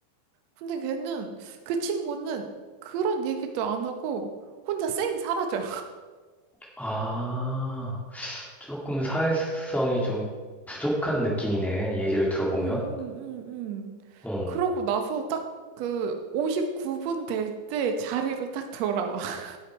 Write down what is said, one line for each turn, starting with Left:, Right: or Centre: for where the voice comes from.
Right: 근데 걔는, 그 친구는 그런 얘기도 안 하고, 혼자 쌩 사라져.
Centre: 아, 조금 사회성이 좀 부족한 느낌이네. 얘기를 들어보면.
Right: 음, 음, 음, 음.
Centre: 어,
Right: 그러고 나서 딱 그 59분 될 때 자리로 딱 돌아와. <laughs>